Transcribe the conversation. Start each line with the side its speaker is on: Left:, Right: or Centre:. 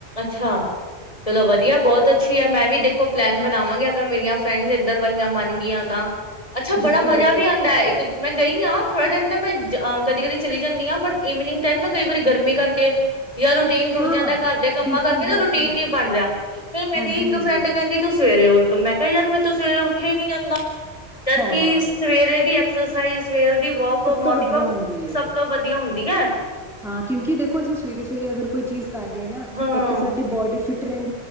Left: ਅੱਛਾ ਚਲੋ ਵਧੀਆ ਬਹੁਤ ਅੱਛੀ ਆ ਮੈਂ ਵੀ ਦੇਖ ਕੋ ਪਲੈਨ ਬਣਾਵਾਂਗੇ ਤਾਂ ਮੇਰੀਆਂ ਫਰੈਂਡ ਉਧਰ ਵਾਲੀਆਂ ਬਨ ਗਈਆਂ ਤਾਂ ਅੱਛਾ
Centre: ਬਿਲਕੁਲ
Left: ਬੜਾ ਮਜ਼ਾ
Centre: ਬਿਲਕੁਲ
Left: ਵੀ ਆਉਂਦਾ ਹੈ ਇੱਕ ਮੈਂ ਗਈ ਹਾਂ ਥੋੜ੍ਹਾ ਟਾਈਮ ਤਾਂ ਮੈਂ ਕਦੀ ਕਦੀ ਚਲੀ ਜਾਂਦੀ ਹਾਂ ਬਟ ਈਵਨਿੰਗ ਟਾਈਮ ਨਾ ਕਈ ਵਾਰੀ ਗਰਮੀ ਕਰਕੇ ਜਾਂ ਰੂਟੀਨ ਟੁੱਟ
Centre: ਹਾਂ
Left: ਜਾਂਦਾ ਘਰ ਦੇ ਕੰਮਾਂ
Centre: ਬਿਲਕੁਲ
Left: ਕਰਕੇ
Centre: ਬਿਲਕੁਲ
Left: ਨਾ ਰੂਟੀਨ ਨੀ ਬਣ ਰਿਹਾ ਫਿਰ ਮੇਰੀ
Centre: ਹਾਂਜੀ
Left: ਇੱਕ
Centre: ਹਾਂਜੀ
Left: ਫਰੈਂਡ ਕਹਿੰਦੀ ਤੂੰ ਸਵੇ ਸਵੇਰੇ ਉੱਠ ਮੈਂ ਕਿਹਾ ਯਾਰ ਮੈਂ ਤੂੰ ਸਵੇਰੇ ਉੱਠੇ ਹੀ ਨੀ ਜਾਂਦਾ ਜਦਕਿ
Centre: ਹਾਂ
Left: ਸਵੇਰੇ ਦੀ ਐਕਸਰਸਾਈਜ਼ ਦੀ ਵੋਕ
Centre: ਸਭ
Left: ਮੋਰਨਿੰਗ
Centre: ਤੋਂ ਵਧੀਆ
Left: ਵੋਕ
Centre: ਹੁੰਦੀ
Left: ਸਭ
Centre: ਏ
Left: ਤੋਂ ਵਧੀਆ ਹੁੰਦੀ ਹੁੰਦੀ ਏ
Centre: ਹਾਂ ਕਿਉਂਕਿ ਦੇਖੋ ਅਸੀਂ ਸਵੇਰੇ ਸਵੇਰੇ ਅਗਰ ਕੋਈ ਚੀਜ਼ ਕਰ ਨਾ
Left: ਹਾਂ
Centre: ਇੱਕ ਤਾਂ ਸਾਡੀ ਬੋਡੀ ਫਿਟ ਟ੍ਰੇਨ